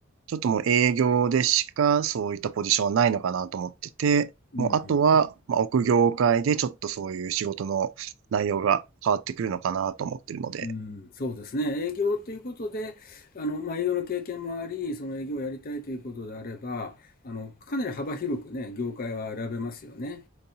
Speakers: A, on the right; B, on the left.
A: ちょっともう営業でしかそういったポジションはないのかなと思ってて、
B: うんうん。
A: もうあとは、まあ、奥業界でちょっとそういう仕事の内容が変わってくるのかなと思ってるので、
B: うん、そうですね。営業ということで、あの、まあ、営業の経験もあり、その営業をやりたいということであれば、あの、かなり幅広くね、業界は選べますよね。